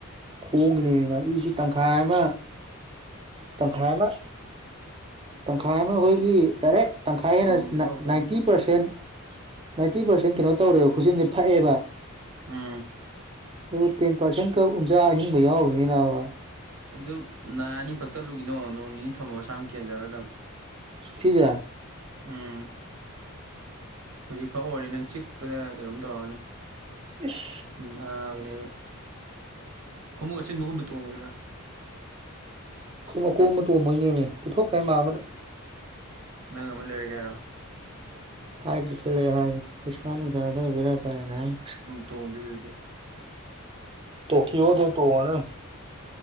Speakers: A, on the right (about 25°); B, on the right (about 75°).
A: ꯈꯣꯡꯒꯤꯅꯦꯃꯤ ꯅ ꯏꯁꯦ ꯇꯪꯈꯥꯏ ꯑꯃ ꯇꯪꯈꯥꯏ ꯑꯃ ꯇꯪꯈꯥꯏ ꯑꯃ ꯑꯩꯈꯣꯏꯒꯤ ꯗꯥꯏꯔꯦꯛ ꯇꯪꯈꯥꯏ
B: ꯄꯨꯝꯕ
A: ꯍꯦꯟꯅ ꯅꯥꯏꯟ
B: ꯍꯧꯔꯛꯄꯩꯅꯦ
A: ꯅꯥꯏꯟꯇꯤ ꯄꯔꯁꯦꯟ ꯅꯥꯏꯟꯇꯤ ꯄꯔꯁꯦꯟ ꯀꯩꯅꯣ ꯇꯧꯔꯦ ꯈꯨꯠꯖꯤꯟꯁꯦ ꯐꯛꯑꯦꯕ
B: ꯎꯝ
A: ꯑꯗꯨ ꯇꯦꯟ ꯄꯔꯁꯦꯟ ꯈꯛ ꯎꯟꯁꯥ ꯑꯍꯤꯡꯕ ꯌꯥꯎꯔꯤꯅꯦ ꯅꯥꯕ
B: ꯑꯗꯨ ꯅꯥꯅꯤ ꯐꯛ ꯇꯠꯂꯨꯒꯤꯅꯣ ꯅꯣꯡ ꯅꯤꯅꯤ ꯊꯝꯃꯣ ꯃꯁꯥꯅ ꯀꯦꯟꯖꯈꯒ꯭ꯔꯗꯃꯤ
A: ꯁꯤꯖ
B: ꯎꯝ ꯍꯧꯖꯤꯛ ꯐꯥꯎ ꯑꯣꯏꯔꯗꯤ ꯅꯪ ꯆꯤꯛꯄꯗ ꯀꯩꯅꯣꯝ ꯇꯧꯔꯅꯤ
A: ꯏꯁ
B: ꯅꯥꯕꯅꯦꯕ ꯈꯣꯡꯎꯞ ꯑꯆꯤꯟꯕꯒꯨꯝꯕ ꯇꯣꯡꯕꯩꯔꯣ
A: ꯈꯣꯡꯎꯞ ꯑꯀꯣꯝꯕ ꯇꯣꯝꯕꯩꯅꯦꯃꯤ ꯄꯤꯊꯣꯛꯈ꯭ꯔꯦ ꯃꯥꯝꯃꯥꯗ
B: ꯅꯪ ꯑꯃ ꯂꯩꯔꯒꯦ ꯍꯥꯏꯔꯣ
A: ꯍꯥꯏꯒꯦ ꯈꯜꯂꯦ ꯍꯥꯏ ꯄꯩꯁꯥ ꯅꯨꯡꯁꯥ ꯈꯔ ꯕꯦꯔꯥ ꯀꯥꯏꯅ ꯍꯥꯕꯅꯤ
B: ꯇꯣꯡꯗꯕꯤꯗꯗꯤ
A: ꯇꯣꯀ꯭ꯌꯣ ꯗꯣ ꯇꯣꯡꯉꯗꯝꯃꯦ